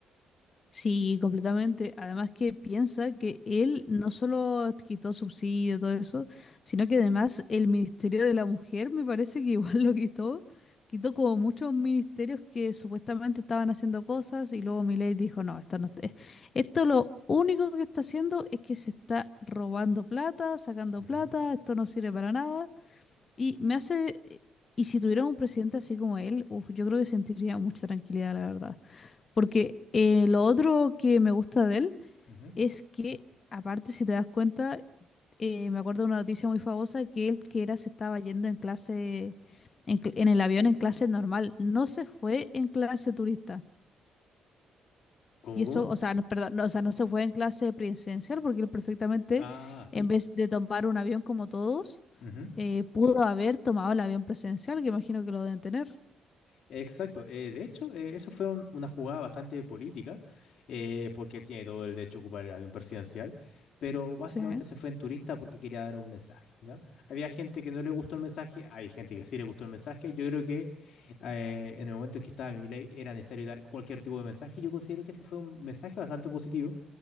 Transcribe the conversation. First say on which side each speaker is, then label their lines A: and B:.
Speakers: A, on the left; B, on the left.
A: Sí, completamente. Además que piensa que él no solo quitó subsidio, todo eso, sino que además el Ministerio de la Mujer me parece que <laughs> igual lo quitó. Quitó como muchos ministerios que supuestamente estaban haciendo cosas y luego Milei dijo, no, esto no está- Esto lo único que está haciendo es que se está robando plata, sacando
B: Ujú,
A: plata, esto no sirve para nada. Y me hace... Y si tuviera un presidente así como él, uf, yo creo que sentiría mucha tranquilidad, la verdad. Porque eh, lo otro que me gusta de él
B: ujú.
A: es que, aparte, si te das cuenta, eh, me acuerdo de una noticia muy famosa que él que era se estaba yendo en clase, en, cl- en el avión en clase normal, no se fue en clase turista.
B: ¿Cómo,
A: Y eso,
B: cómo?
A: o sea, no, perdón, no, o sea, no se fue en clase presidencial porque él perfectamente,
B: Ah.
A: en vez de tomar un avión como todos,
B: ujú.
A: eh, pudo haber tomado el avión presidencial, que imagino que lo deben tener.
B: Exacto. eh, de hecho, eh, esa fue un- una jugada bastante política, eh, porque él tiene todo el derecho a ocupar el avión presidencial, pero básicamente
A: Sí,
B: se fue en turista porque quería dar un mensaje, ¿ya? Había gente que no le gustó el mensaje, hay gente que sí le gustó el mensaje. Yo creo que eh, en el momento en que estaba Milei era necesario dar cualquier tipo de mensaje. Yo considero que ese fue un mensaje bastante positivo.